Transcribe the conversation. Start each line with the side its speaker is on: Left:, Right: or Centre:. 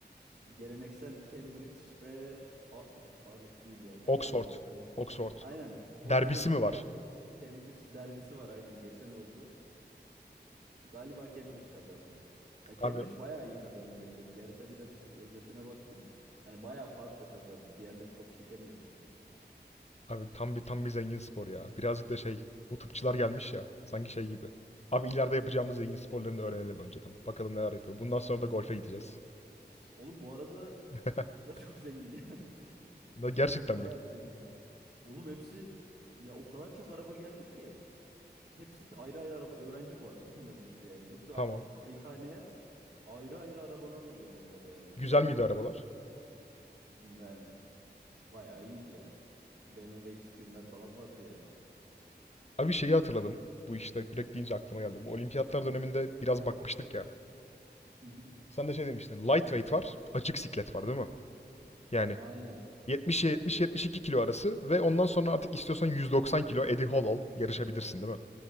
Right: Geleneksel Cambridge ve Ha- Harvard değil ya. Ne var
Left: Oxford.
Right: orada bir tane?
Left: Oxford.
Right: Aynen. Oxford'daki
Left: Derbisi mi var?
Right: Cambridge derbisi var aynen geçen oldu. Galiba Cambridge kazandı. Ya Cambridge
Left: Abi
Right: bayağı iyi kazandı hem de. Bir yarışa biraz özetine baktım. Hani bayağı fark da kazandı. Diğerleri çok çekemiyordu bile.
Left: Abi tam bir tam bir zengin spor ya. Birazcık da şey bu tıpçılar gelmiş ya sanki şey gibi. Abi ileride yapacağımız zengin sporlarını öğrenelim önceden. Bakalım neler yapıyor. Bundan sonra da golfe gideceğiz.
Right: Üf, Oğlum bu arada
Left: <laughs>
Right: tıpçılar çok zengin yani. <laughs>
Left: Ne, Gerçekten
Right: Bayağı
Left: mi?
Right: zenginler. Oğlum hepsi ya o kadar çok araba geldi ki. Hepsi de ayrı ayrı araba. Öğrenci bu arada bunların hepsi yani. Hepsi
Left: Tamam.
Right: a- kayıkhaneye ayrı ayrı arabalarla geldiler yani.
Left: Güzel
Right: Çok
Left: miydi arabalar?
Right: yani bayağı iyiydi ya. BMW X1'ler falan vardı yani.
Left: Abi şeyi hatırladım. Bu işte kürek deyince aklıma geldi. Bu olimpiyatlar döneminde biraz bakmıştık ya.
Right: Hı hı.
Left: Sen de şey demiştin. Lightweight var. Açık siklet var değil mi? Yani
Right: Aynen.
Left: 70'e 70-72
Right: Aynen.
Left: kilo arası ve ondan sonra artık istiyorsan 190 kilo Eddie Hall ol. Yarışabilirsin değil mi?